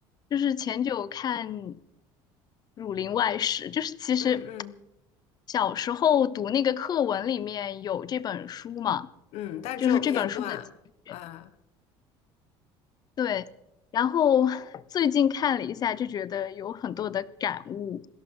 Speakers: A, on the left; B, on the left.
A: 就是前久看《儒林外史》，就是其实
B: 嗯嗯
A: 小时候读那个课文里面有这本书嘛，
B: 嗯，但只有片段啊，
A: 就是这本嗯书的节选。对，然后 <laughs> 最近看了一下，就觉得有很多的感悟。